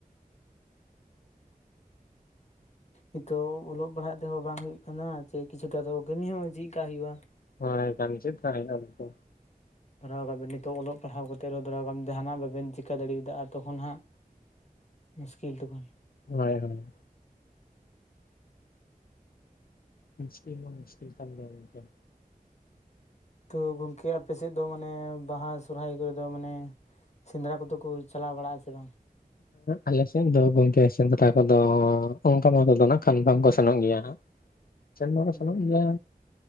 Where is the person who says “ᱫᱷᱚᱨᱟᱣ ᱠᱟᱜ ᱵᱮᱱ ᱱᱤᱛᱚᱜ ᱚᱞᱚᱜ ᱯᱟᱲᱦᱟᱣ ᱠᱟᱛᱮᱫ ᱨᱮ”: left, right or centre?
Left